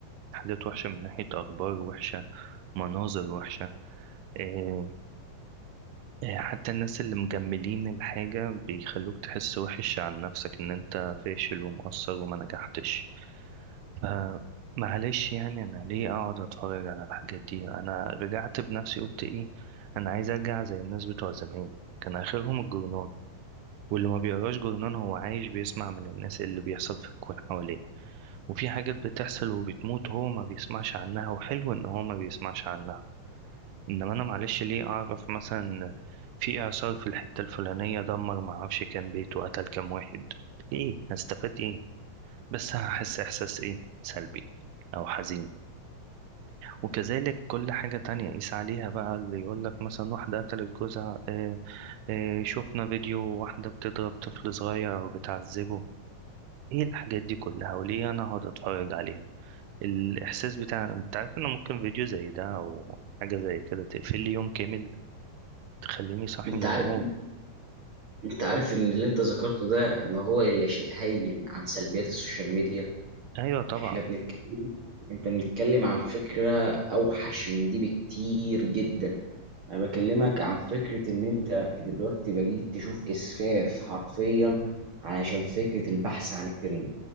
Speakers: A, on the right (about 80°); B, on the right (about 60°).
A: حاجات وحشة من ناحية أخبار وحشة مناظر وحشة إيه إيه حتى الناس اللي مجملين الحاجة بيخلوك تحس وحش عن نفسك إن أنت فاشل ومقصر وما نجحتش آه معلش يعني انا ليه اقعد اتفرج على الحاجات دي انا رجعت بنفسي قلت ايه انا عايز ارجع زي الناس بتوع زمان كان اخرهم الجرنان واللي ما بيقراش جرنان هو عايش بيسمع من الناس اللي بيحصل في الكون حواليه وفي حاجات بتحصل وبتموت هو ما بيسمعش عنها وحلو ان هو ما بيسمعش عنها انما انا معلش ليه اعرف مثلا في اعصار في الحتة الفلانية دمر ما اعرفش كام بيت وقتل كام واحد ايه هستفاد ايه بس هحس احساس ايه سلبي او حزين وكذلك كل حاجة تانية قيس عليها بقى اللي يقول لك مثلا واحدة قتلت جوزها آه، آه، شفنا فيديو واحدة بتضرب طفل صغير أو بتعذبه إيه الحاجات دي كلها وليه أنا هقعد أتفرج عليها الإحساس بتاع أنت عارف إن ممكن فيديو زي ده أو حاجة زي كده تقفل لي يوم كامل تخليني صاحي
B: انت
A: من
B: عارف
A: النوم
B: انت عارف ان اللي انت ذكرته ده ما هو الا شيء هين عن سلبيات السوشيال ميديا
A: أيوة طبعا
B: احنا بنتكلم انت بنتكلم عن فكره اوحش من دي بكتير جدا انا بكلمك عن فكره ان انت دلوقتي بقيت تشوف اسفاف حرفيا علشان فكره البحث عن الترند